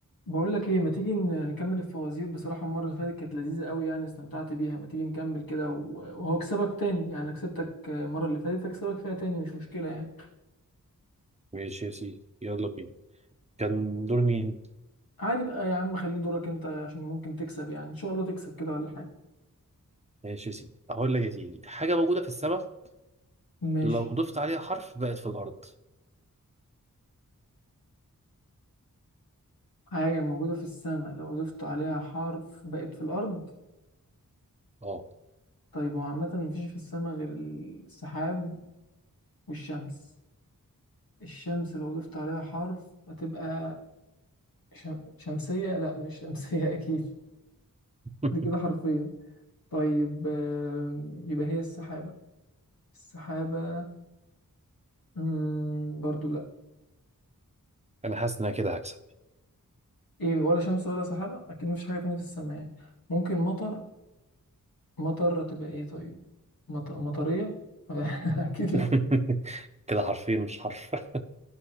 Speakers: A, on the left; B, on the right.
A: بقول لك ايه ما تيجي ن- نكمل الفوازير بصراحة المرة اللي فاتت كانت لذيذة قوي يعني استمتعت بيها ما تيجي نكمل كده و- وهو كسبك تاني يعني كسبتك المرة اللي فاتت اكسبك فيها تاني مش مشكلة يعني
B: ماشي يا سيدي يلا بينا كان دور مين
A: عادي بقى يا عم خليه دورك انت عشان ممكن تكسب يعني ان شاء الله تكسب كده ولا حاجة
B: ماشي يا سيدي هقول لك يا سيدي حاجة موجودة في السماء
A: ماشي
B: لو ضفت عليها حرف بقت في الأرض
A: حاجة موجودة في السماء لو ضفت عليها حرف بقت في الأرض
B: اه
A: طيب هو عامة مفيش في السماء غير السحاب والشمس الشمس لو ضفت عليها حرف هتبقى شم... شمسية لا مش شمسية <laughs> أكيد
B: <laughs>
A: دي كده حرفين طيب آم، يبقى هي السحابة السحابة مم، برضو لا
B: أنا حاسس إن أنا كده هكسب
A: ايه ولا شمس ولا سحابة اكيد مفيش حاجة تانية في السماء يعني ممكن مطر مطر هتبقى ايه طيب مط... مطرية <laughs> اكيد
B: <laughs>
A: لا
B: كده حرفين مش حرف <laughs>